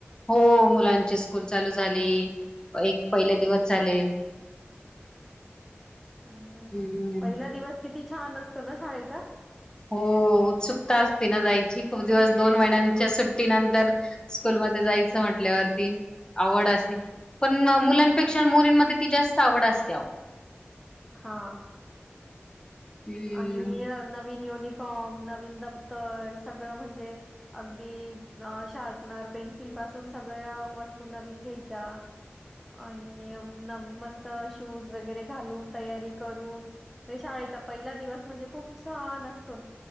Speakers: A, on the left (about 20°); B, in the centre.
A: हो मुलांची स्कूल चालू झाली एक पहिले
B: हो
A: दिवस झाले.
B: चांगलंय
A: हम्म.
B: पहिला दिवस किती छान असतो ना शाळेचा.
A: हो उत्सुकता असती ना जायची खूप दिवस
B: उत्सुकता
A: दोन महिन्यांच्या
B: असते.
A: सुट्टी नंतर स्कूल मध्ये जायचं म्हटल्यावरती आवड असली. पण मुलांपेक्षा
B: हो.
A: मुलीमध्ये ती जास्त आवड असते.
B: हा.
A: हम्म
B: आणि नवीन युनिफॉर्म नवीन दफ्तर सगळं म्हणजे अगदी. अ शार्पनर पेन्सिल पासून सगळ्या वस्तू नवीन घ्यायच्या आणि न मस्त शूज वगैरे घालून तयारी करून ते शाळेचा पहिला दिवस म्हणजे खूप छानतो